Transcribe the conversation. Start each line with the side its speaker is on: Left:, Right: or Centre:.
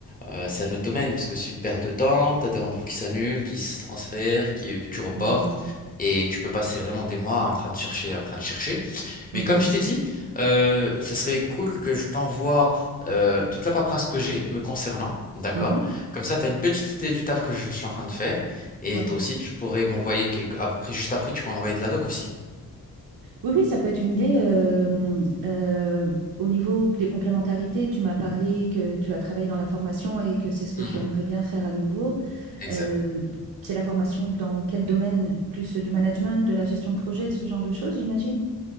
Left: euh, c'est un autre domaine, parce que c'est une perte de temps, tu as des rendez-vous qui s'annulent, qui se transfèrent, qui, que tu reportes,
Right: mm.
Left: et tu peux passer vraiment des mois en train de chercher, en train de chercher.
Right: Mm,
Left: Mais
Right: mhm,
Left: comme je t'ai dit, euh, ça serait cool que je t'envoie euh, toute la paperasse que j'ai me concernant, d'accord?
Right: mhm,
Left: Comme ça, tu as une petite idée du taf que je suis en train de faire. Et
Right: ouais.
Left: toi aussi, tu pourrais m'envoyer quelques... Après, juste après, tu pourrais envoyer de la doc aussi.
Right: Oui, oui, ça peut être une idée. euh, euh, au niveau des complémentarités, tu m'as parlé que tu as travaillé dans la formation et que c'est ce que
Left: Mhm,
Right: tu aimerais bien faire à nouveau.
Left: Exact.
Right: Euh, c'est la formation dans quel domaine? Plus du management, de la gestion de projet, ce genre de choses, j'imagine?